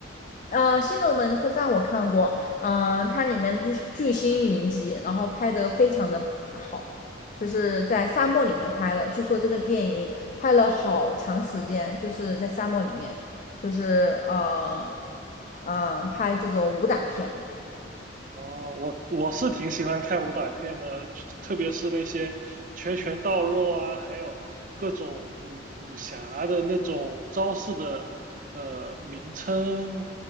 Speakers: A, on the left (about 40°); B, on the right (about 40°).
A: 呃，《新龙门客栈》我看过，嗯、它里面就是巨星云集，然后拍的非常的好，就是在沙漠里面拍的。据说这个电影拍了好长时间，就是在沙漠里面，就是呃，呃，拍这种武打片。
B: 哦，我我是挺喜欢看武打片的，特别是那些拳拳到肉啊，还有各种武武侠的那种招式的呃名称，